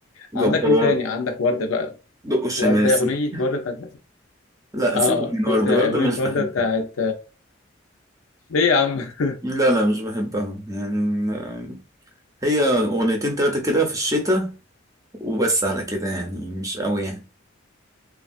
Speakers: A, on the left; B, on the right.
A: عندك
B: جبار
A: مين تاني عندك وردة بقى
B: دق الشماسي
A: وردة اغنية وردة بتاعت
B: <laughs> لا
A: اه
B: سيبك من
A: اه وبتاع
B: وردة برضه
A: اغنية
B: مش
A: وردة
B: بحبها
A: بتاعت ليه يا عم <laughs>
B: لا لا مش بحبها يعني ما- هي اغنيتين تلاتة كده في الشتاء وبس على كده يعني مش قوي يعني